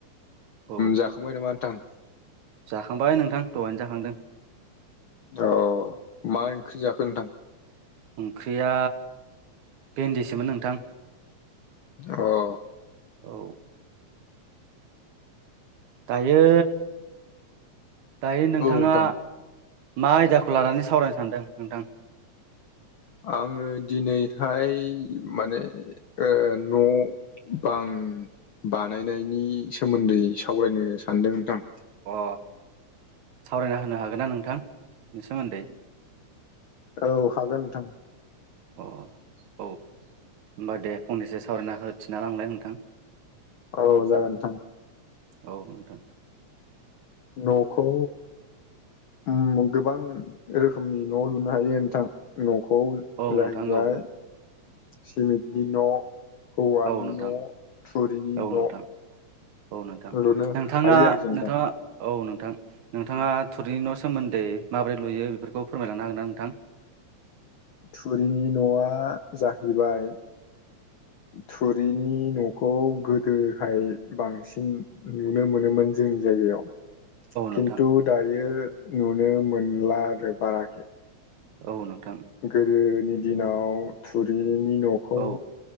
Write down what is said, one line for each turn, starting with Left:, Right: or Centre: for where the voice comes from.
Right: औ
Left: जाखांबाय नामा नोंथां?
Right: जाखांबाय नोंथां दहायनो जाखांदों।
Left: अ मा ओंख्रि जाखो नोंथां?
Right: ओंख्रिया भेन्दिसोमोन नोंथां।
Left: अ। औ।
Right: औ। दायो। दायो नोंथाङा
Left: नोंथां
Right: मा आयदाखौ लानानै सावरायनो सानदों नोंथां।
Left: आङो दिनैहाय माने ओ न' बां बानायनायनि सोमोन्दै सावरायनो सानदों नोंथां।
Right: अ सावरायना होनो हागोन ना नोंथां बेनि सोमोन्दै।
Left: औ हागोन नोंथां।
Right: अ औ होनोमबा दे फंनैसो सावरायना हो थिना लांलाय नोंथां।
Left: औ जागोन नोंथां।
Right: औ नोंथां।
Left: न'खौ। आम गोबां रोखोमनि न' लुनो हायो नोंथां न'खौ
Right: औ
Left: जाहैबाय
Right: नोंथां औ
Left: सिमेन्टनि न' औवानि
Right: औ नोंथां
Left: न' थुरिनि
Right: औ
Left: न'
Right: नोंथां औ नोंथां
Left: लुनो
Right: नोंथाङा
Left: हायो आरोखि नोंथां
Right: नोंथाङा औ नोंथां नोंथाङा थुरिनि न' सोमोन्दै माबोरै लुयो बेफोरखौ फोरमायलांनो हागोन ना नोंथां?
Left: थुरिनि न'आ जाहैबाय थुरिनि न'खौ गोदोहाय बांसिन नुनो मोनोमोन जोंनि जायगायाव खिन्थु
Right: नोंथां
Left: दायो नुनो मोनला आरो बाराखै
Right: औ नोंथां।
Left: गोदोनि दिनाव थुरिनि न' खौ
Right: औ